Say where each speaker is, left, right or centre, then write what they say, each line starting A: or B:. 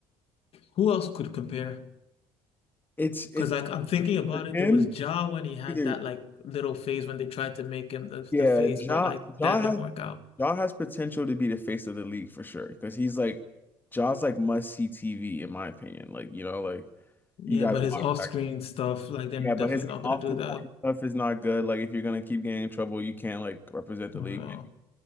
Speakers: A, on the left; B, on the left.
A: who else could compare?
B: It's it's
A: Because like I'm thinking about
B: for
A: it,
B: him
A: there was Ja when he had
B: either
A: that like little phase when they tried to make him the
B: yeah,
A: the face,
B: Ja
A: but like
B: Ja
A: that
B: has
A: didn't work out.
B: Ja has potential to be the face of the league for sure because he's like Ja's like must see TV in my opinion. Like you know like
A: Yeah,
B: you gotta
A: but
B: watch
A: his off-screen
B: that.
A: stuff, like they're
B: Yeah,
A: definitely
B: but his
A: not
B: off
A: gonna do
B: the
A: that.
B: court stuff is not good. Like if you're gonna keep getting in trouble, you can't like represent the
A: You
B: league.
A: know.